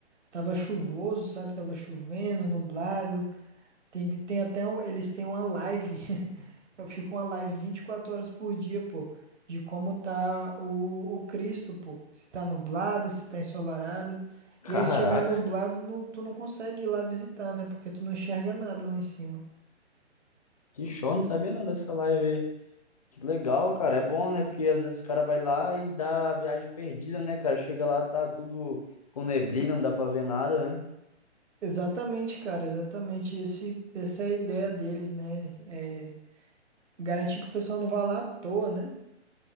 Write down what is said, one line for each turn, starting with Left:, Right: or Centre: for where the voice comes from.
Right: tava chuvoso, sabe? Tava chovendo, nublado. Tem, tem até, um- eles têm uma live <laughs> Fica uma live 24 horas por dia, pô, de como tá o, o Cristo, pô. Se tá nublado, se tá ensolarado. E
Left: Caraca,
Right: aí, se tiver nublado, não- tu não consegue ir lá visitar, né? Porque tu não enxerga nada lá em cima.
Left: que show. Não sabia não dessa live aí. Que legal, cara. É bom, né? Porque às vezes o cara vai lá e dá a viagem perdida, né, cara? Chega lá, tá tudo com neblina, não dá pra ver nada, né?
Right: Exatamente, cara, exatamente. Esse, essa é a ideia deles, né? É garantir que o pessoal não vá lá à toa, né?